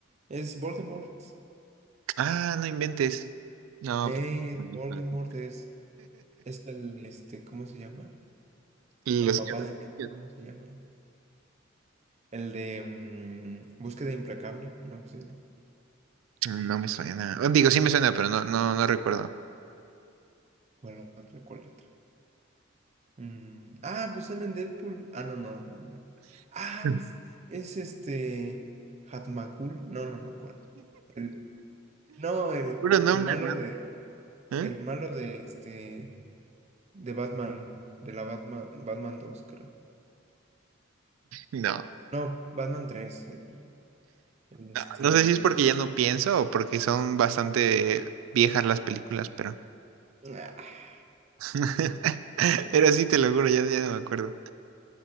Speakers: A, on the right (about 35°); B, on the right (about 80°).
A: es Voldemort.
B: Ah, no inventes. No,
A: Ey,
B: pues,
A: es Voldemort
B: <laughs> no
A: es, es el, este, ¿cómo se llama?
B: Los
A: El papá
B: que-
A: de,
B: <laughs>
A: ¿cómo se llama? El de mm, Búsqueda Implacable, no sé,
B: No me suena. Oh, Digo, sí me suena, pero no, no, no recuerdo.
A: ¿cuál otra, cuál letra? Mm, ah, pues sale en Deadpool. Ah, no, no, no, no. Ah,
B: <laughs>
A: es, es este, Hatmakul, no, no me acuerdo. El- no, el,
B: Puro nombre
A: el malo
B: raro,
A: de,
B: ¿eh?
A: el malo de, este, de Batman, de la Batman, Batman dos creo.
B: No,
A: No, Batman tres, el- el este.
B: no, no sé
A: mm,
B: si es porque ya no pienso o porque son bastante viejas las películas, pero.
A: ah,
B: <laughs> Era así, te lo juro, ya, ya no me acuerdo.